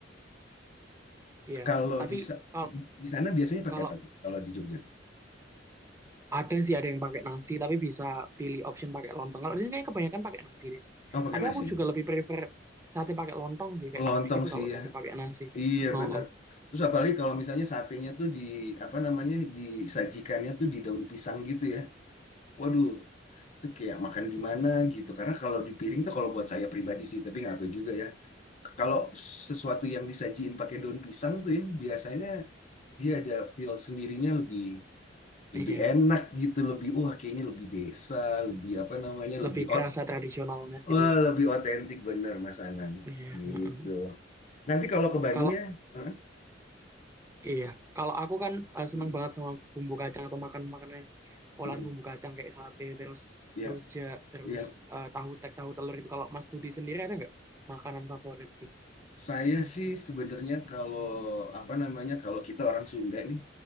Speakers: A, on the right; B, on the left.
A: Iya,
B: Kalau
A: tapi
B: di sa-
A: kalau
B: di sana biasanya pakai
A: kalau
B: apa tuh? Kalau di Jogja?
A: ada sih ada yang pakai nasi, tapi bisa pilih option pakai lontong. Kalau di sini kayak kebanyakan pakai nasi deh.
B: Oh pakai
A: Tapi
B: nasi.
A: aku juga lebih prefer sate pakai lontong sih, kayak
B: Lontong
A: aneh gitu
B: sih
A: kalau
B: ya.
A: sate pakai nasi.
B: Iya
A: Oh,
B: benar.
A: oh.
B: Terus apalagi kalau misalnya satenya tuh di apa namanya disajikannya tuh di daun pisang gitu ya. Waduh, itu kayak makan di mana gitu. Karena kalau di piring tuh kalau buat saya pribadi sih, tapi nggak tahu juga ya. Kalau sesuatu yang disajiin pakai daun pisang tuh ya biasanya dia ada feel sendirinya lebih
A: iya,
B: lebih enak gitu, lebih wah kayaknya lebih desa, lebih apa namanya lebih
A: lebih kerasa
B: ot
A: tradisionalnya
B: wah,
A: gitu ya.
B: lebih otentik bener Mas Anan
A: Iya,
B: gitu.
A: heeh.
B: Nanti kalau ke Bandung
A: Kalau
B: ya, heeh,
A: iya, kalau aku kan eh, seneng
B: mm,
A: banget sama bumbu kacang atau makan makanan yang olahan
B: mm.
A: bumbu kacang kayak sate, terus
B: Ya,
A: rujak, terus
B: Ya,
A: eh, tahu tek, tahu telur itu. Kalau Mas Budi sendiri ada nggak makanan favorit gitu?
B: saya sih sebenarnya kalau apa namanya kalau kita orang Sunda nih,